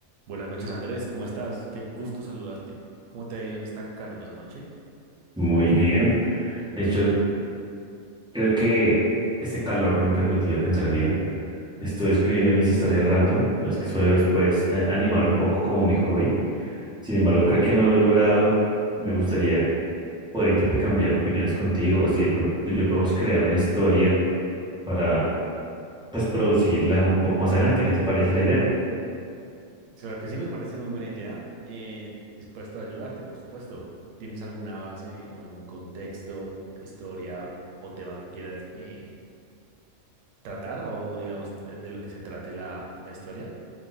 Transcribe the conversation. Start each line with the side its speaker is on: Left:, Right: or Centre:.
Right: Buenas noches, Andrés. ¿Cómo estás? Qué gusto saludarte. ¿Cómo te ha ido en esta calurosa noche?
Centre: Muy bien. De hecho, creo que este calor no me ha permitido pensar bien. Estoy escribiendo mis historias random, en las que suelo después eh, animar un poco como mi hobby. Sin embargo, creo que no lo he logrado. Me gustaría poder intercambiar opiniones contigo o si de pronto tú y yo podemos crear una historia para pues producirla un poco más adelante. ¿Qué te parece la idea?
Right: Claro que sí, me parece muy buena idea. Eh, dispuesto a ayudarte, por supuesto. ¿Tienes alguna base o algún contexto, historia o tema que quieras eh, tratar o, digamos, de, de lo que se trate la, la historia?